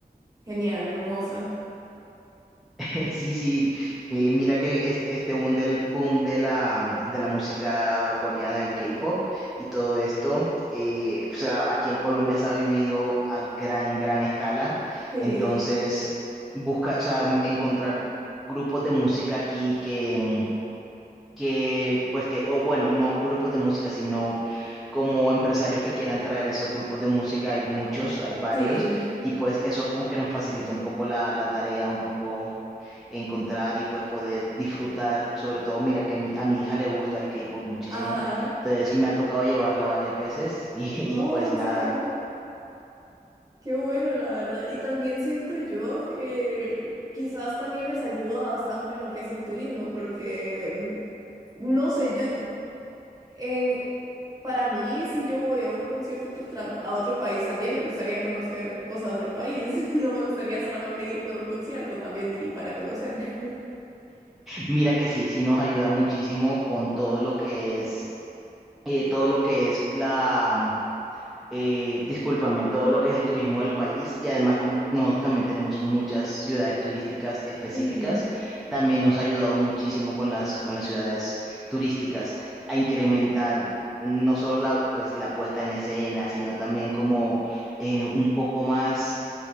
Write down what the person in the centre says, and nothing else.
<laughs> Sí, sí, eh, mira que este, este boom del boom de la, de la música coreana, del K-pop y todo esto, eh, o sea, aquí en Colombia se ha vivido a gran, gran escala,
entonces busca, o sea, encontrar grupos de música aquí que que, pues que, o bueno, no grupos de música, sino como empresarios que quieran traer esos grupos de música, hay muchos, hay varios,
y pues eso como que nos facilita un poco la, la tarea, un poco encontrar y pues poder disfrutar, sobre todo, mira que a mi, a mi hija le gusta el K-pop muchísimo,
entonces me ha tocado llevarla varias veces y,
<laughs> y pues
nada,
mira que sí, sí nos ayuda muchísimo con todo lo que es, eh, todo lo que es la... eh, discúlpame, todo lo que es el turismo del país y además como nosotros también tenemos muchas ciudades turísticas específicas,
también nos ha ayudado muchísimo con las, con las ciudades turísticas a incrementar no solo la, pues, la puesta en escena, sino también como eh, un poco más,